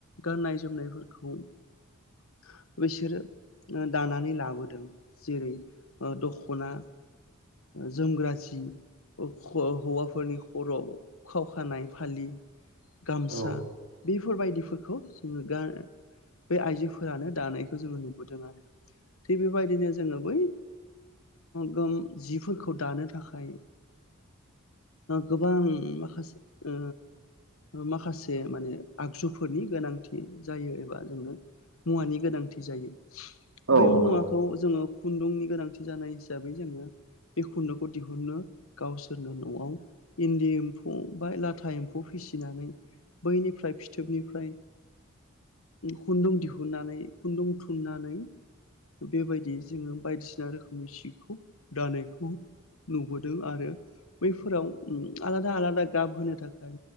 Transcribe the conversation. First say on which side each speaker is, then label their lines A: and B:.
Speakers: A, on the left; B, on the right.
A: गाननाय जोमनायफोरखौ खा बैसोरो दानानै लाबोदों जेरै दख'ना जोमग्रा जि ओ खर' हौवाफोरनि खर'याव खावखानाय फालि गामसा
B: औ
A: बेफोरबायदिफोरखौ जोङो गा बे आइजोफोर फोरानो दानायखौ जोङो नुबोदों आरो थिग बेबायदिनो जोङो बै गोम जिफोरखौ दानो थाखाय गोबां माखासे ओ माखासे माने आगजुफोरनि गोनांथि जायो एबा जोंनो मुवानि गोनांथि जायो
B: औ
A: बै मुवाखौ
B: नंगौ
A: जोङो खुन्दुंनि गोनांथि जानाय हिसाबै जोङो बे खुन्दुंखौ दिहुननो गावसोरनो न'आव इन्दि एम्फौ बा लाथा एम्फौ फिसिनानै बैनिफ्राय फिथोबनिफ्राय खुन्दुं दिहुन नानै खुन्दुं थुननानै बेबायदि जोङो बायदिसिना रोखोम सिखौ दानायखौ नुबोदों आरो बैफोराव आलादा आलादा गाब होनो थाखाय